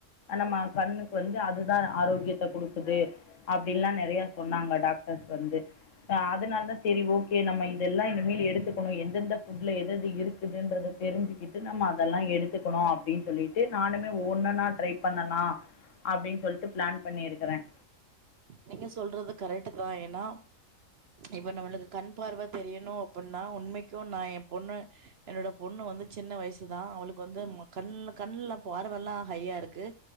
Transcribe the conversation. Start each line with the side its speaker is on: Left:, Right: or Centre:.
Left: நம்ம கண்ணுக்கு வந்து அதுதான் ஆரோக்கியத்த குடுக்குது அப்டின்லாம் நெறைய சொன்னாங்க டாக்டர்ஸ் வந்துஹ அதனால தான் செரியா ஓகே நம்ம இதெல்லாம் இனிமேல் எடுத்துக்கணும் எந்தெந்த ஃப்ட்ல எதது இருக்குதுன்றத தெரிஞ்சுக்கிட்டு நம்ம எதல்லாம் எடுத்துக்கணும் அப்டின்னு சொல்லிட்டு நானுமே ஒன்னனா டரை பண்ணலாம் அப்டின்னு சொல்லிட்டு பிளான் பண்ணிருக்கறேன்
Right: நீங்க சொல்றது கரெக்ட் தான் ஏன்னா இப்ப நம்மளுக்கு கண் பார்வ தெரியணும் அப்டின்னா உண்மைக்கு என்னிக்கோ நாயென் பொண்ண என்னோட பொண்ணு வந்து சின்ன வயசு தான் அவளுக்கு வந்து கண் கண்ணல பார்வெல்லாம் ஹையா இருக்கு